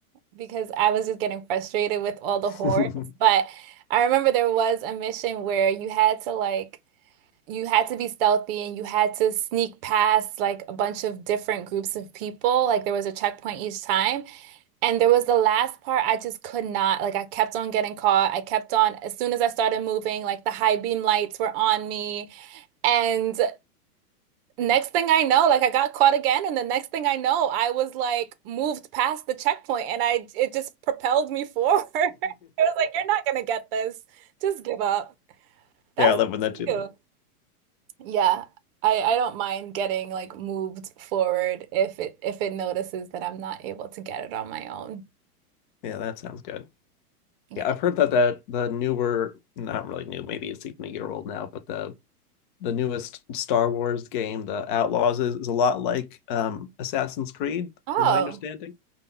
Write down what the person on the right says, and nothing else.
because I was just getting frustrated with all the
hordes.
But I remember there was a mission where you had to like you had to be stealthy and you had to sneak past like a bunch of different groups of people. Like there was a checkpoint each time. And there was the last part I just could not, like I kept on getting caught. I kept on, as soon as I started moving, like the high beam lights were on me. And next thing I know, like I got caught again. And the next thing I know, I was like moved past the checkpoint and I, it just propelled me forward. <laughs> It was like, you're not gonna get this. Just give up. That's
too. Yeah. I, I don't mind getting like moved forward if it if it notices that I'm not able to get it on my own.
Yeah.
Oh.